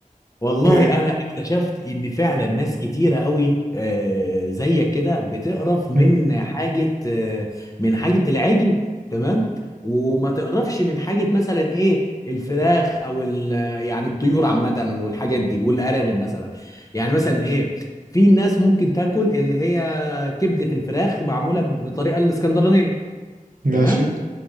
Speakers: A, on the left; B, on the right.
A: والله
B: ايه
A: انا اكتشفت ان فعلا ناس كتيره قوي آه، زيك كده بتقرف من
B: مم.
A: حاجه آه، من حاجه العجل تمام وما تقرفش من حاجه مثلا ايه الفراخ او ال- يعني الطيور عامه والحاجات دي والارانب مثلا يعني مثلا ايه في ناس ممكن تاكل اللي هي كبده الفراخ معموله بطريقه الاسكندرانيه
B: ماشي
A: تمام